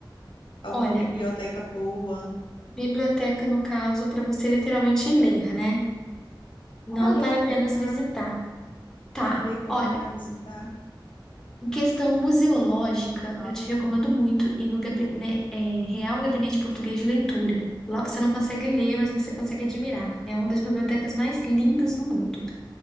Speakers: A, on the left; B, in the centre.
A: alguma
B: Olha,
A: biblioteca boa
B: Biblioteca, no caso, para você literalmente ler, né? Não
A: para ler,
B: para apenas
A: comprar,
B: visitar. Tá,
A: ler, comprar,
B: olha,
A: visitar.
B: em questão museológica, eu te recomendo muito ir no gabi- né, é, Real Gabinete Português de Leitura. Lá você não consegue ler, mas você consegue admirar. É uma das bibliotecas mais lindas do mundo.